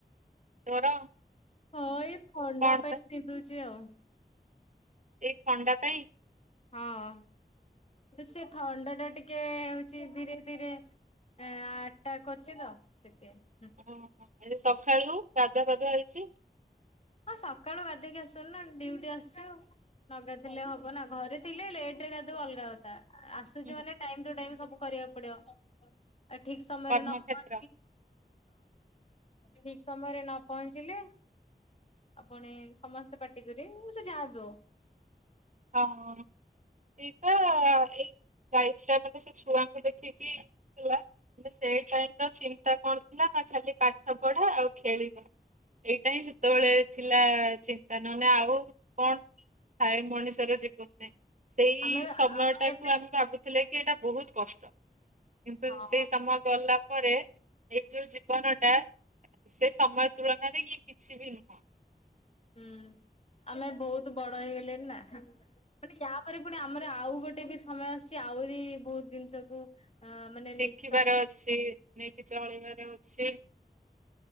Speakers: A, on the right; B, on the left.
A: ତୋର
B: ହଁ ଏଇ ଥଣ୍ଡା
A: କଣ
B: ପାଇଁ ବିନ୍ଧୁଛି ଆଉ।
A: ଏଇ ଥଣ୍ଡା ପାଇଁ
B: ହଁ ସେ ଥଣ୍ଡା ଟା ଟିକେ ହଉଚି ଧୀରେ ଧୀରେ ଏଁ ଆଟକ କରିଛି ତ ସେଥିପାଇଁ
A: ଓହୋ ଏବେ ସଖାଳୁ ଗାଧୁଆ ପାଧୁଆ ହେଇଛି
B: ହଁ ସକାଳୁ ଗାଧେଇକି ଆସିଚୁନୁ ନା ଡ଼ିଉଟି ଆସିଚୁ। ନ ଗାଧେଇଲେ ହବନା ଘରେ ଥିଲେ ଲେଟରେ ଗାଧେଇବୁ ଅଲଗା କଥା ଆସ୍‌ ସିଚୁ
A: ହୁଁ,
B: ମାନେ ଟାଇମ ଟୁ ଟାଇମ ସବୁ କରିବାକୁ ପଡିବ ଆ ଠିକ୍ ସମୟରେ
A: କର୍ମକ୍ଷେତ୍ର
B: ନ <unintelligible> ହଁ ଠିକ୍ ସମୟରେ ନ ପହଞ୍ଚିଲେ ଆପଣେ ସମସ୍ତେ ପାଟି କରିବେ ସେ ଯାହାବି ହଉ।
A: ହଁ ଏଇଟା ଏଇ ଗାଈଟା ମାନେ ସେ ଛୁଆଙ୍କୁ ଦେଖିକି ଛୁଆ ସେଇ ଟାଇମ ର ଚିନ୍ତା କଣ ଥିଲା ନା ଖାଲି ପାଠ ପଢା ଆଉ ଖେଳିବା। ଏଇଟା ହିଁ ସେତେବେଳେ ଥିଲା ଚିନ୍ତା ନହନେ ଆଉ କଣ ଥାଏ ମଣିଷ ଜୀବନ ନା ସେଇ
B: ଆମେ
A: ସମୟ ଟାକୁ
B: ଏବେ
A: ଆମେ ଭାବୁଥିଲେ କି ଏଇଟା ବହୁତ କଷ୍ଟ। କିନ୍ତୁ
B: ହଁ
A: ସେଇ ସମୟ ଗଲା ପରେ ଏଇ ଯୋଉ ଜୀବନ ଟା ସେ ସମୟ ତୁଳନାରେ ଇଏ କିଛି ବି ନୁହଁ।
B: ହୁଁ ଆମେ ବହୁତ ବଡ ହେଇଗଲେଣି ନା ମାନେ ୟାପରେ ପୁଣି ଆ ଆମର ଆଉ ଗୋଟେ ବି ସମୟ ଆସିଛି ଆହୁରି ବହୁତ ଜିନିଷକୁ ଅ ମାନେ
A: ଶିଖିବାର
B: ନେଇକି ଚଳ
A: ଅଛି ନେଇକି ଚଳିବାର ଅଛି।